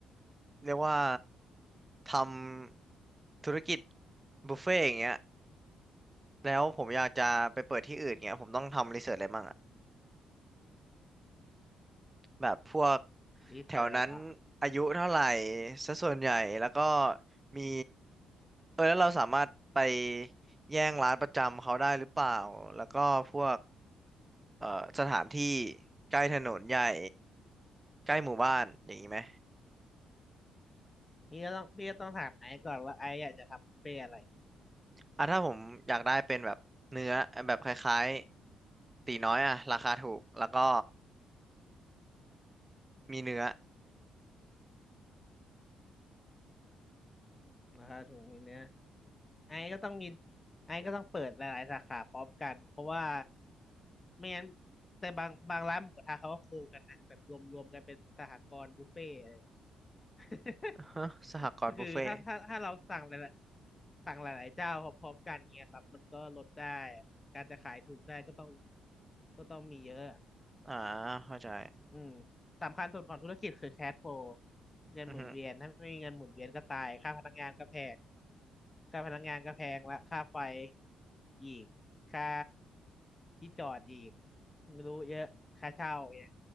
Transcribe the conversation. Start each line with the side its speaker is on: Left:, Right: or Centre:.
Right: เรียกว่าทำธุรกิจบุฟเฟ่ต์อย่างเงี้ย แล้วผมอยากจะไปเปิดที่อื่นเงี้ยผมต้องทำรีเสิร์ชอะไรบ้างอะแบบพวก
Left: รีเสิร์ชอ่ะ
Right: แถวนั้นอายุเท่าไหร่ซะส่วนใหญ่แล้วก็มีเออแล้วเราสามารถไปแย่งร้านประจำเขาได้หรือเปล่าแล้วก็พวกเอ่อสถานที่ใกล้ถนนใหญ่ใกล้หมู่บ้านอย่างนี้ไหม
Left: พี่ก็ต้องพี่ก็ต้องถามไอซ์ก่อนว่าไอซ์อยากจะทำบุฟเฟ่อะไร
Right: อ่ะถ้าผมอยากได้เป็นแบบเนื้อแบบคล้ายๆตีน้อยอะราคาถูกแล้วก็มีเนื้อ
Left: นะครับถุงนี้เนี้ยไอซ์ก็ต้องมีไอซ์ก็ต้องเปิดหลายๆสาขาพร้อมกันเพราะว่าไม่งั้นแต่บางบางร้านหมูกระทะเขาก็โคกันนะแบบรวมรวมกันเป็นสหกรณ์บุฟเฟ่ <laughs>
Right: <laughs> ฮะสหกรณ์บุฟเฟ่ต์
Left: ก็คือถ้าถ้าถ้าเราสั่งหลายๆสั่งหลายๆเจ้าพร้อมๆกันเงี้ยครับมันก็ลดได้การจะขายถูกได้ก็ต้องก็ต้องมีเยอะอ
Right: อ่าเข้าใจ
Left: ืมสำคัญสุดของธุรกิจคือแคชโฟลเงินหมุนเวียนถ้าไม่มีเงินหมุนเวียนก็ตายค่าพนักงานก็แพง
Right: อือฮึ
Left: ค่าพนักงานก็แพงละค่าไฟอีกค่าที่จอดอีกไม่รู้เยอะค่าเช่าเนี่ย